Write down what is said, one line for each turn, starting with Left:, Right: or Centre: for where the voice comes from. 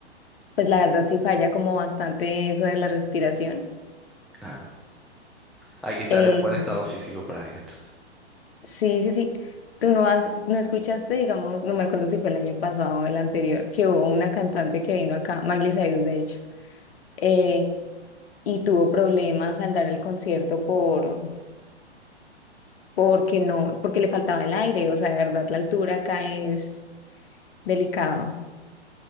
Left: pues la verdad sí falla como bastante eso de la respiración.
Centre: Claro. Hay que estar
Left: Eh,
Centre: en buen estado físico para ir entonces.
Left: sí, sí, sí. Tú no has, no escuchaste, digamos, no me acuerdo si fue el año pasado o el anterior, que hubo una cantante que vino acá, Miley Cyrus, de hecho, eh, y tuvo problemas al dar el concierto por, porque no, porque le faltaba el aire, o sea, de verdad, la altura acá es delicado.